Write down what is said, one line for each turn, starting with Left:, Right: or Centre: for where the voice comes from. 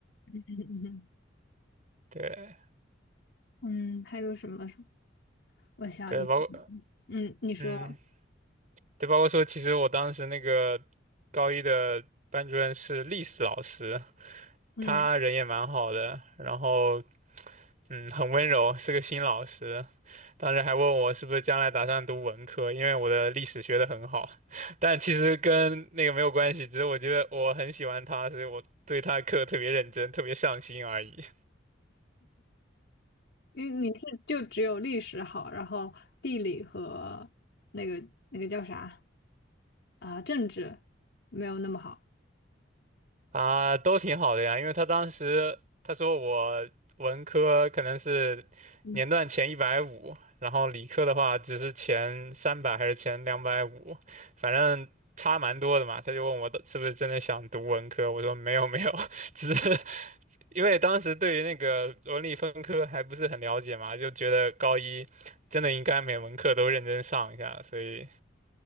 Left: <laughs>
Right: 对
Left: 嗯，还有什么？什么？我想一想，
Right: 对，包括
Left: 嗯，你说，
Right: 嗯，对，包括说，其实我当时那个高一的班主任是历史老师，
Left: 嗯，
Right: 他人也蛮好的，然后嗯，很温柔，是个新老师。当时还问我是不是将来打算读文科，因为我的历史学得很好，<laughs> 但其实跟那个没有关系，只是我觉得我很喜欢他，所以我对他的课特别认真，特别上心而已。
Left: 因为你是就只有历史好，然后地理和那个那个叫啥啊，政治没有那么好。
Right: 啊，都挺好的呀，因为他当时他说我文科可能是年段前一百五，
Left: 嗯，
Right: 然后理科的话只是前三百还是前两百五，反正差蛮多的嘛。他就问我的是不是真的想读文科，我说没有没有，<laughs> 只是因为当时对于那个文理分科还不是很了解嘛，就觉得高一真的应该每门课都认真上一下，所以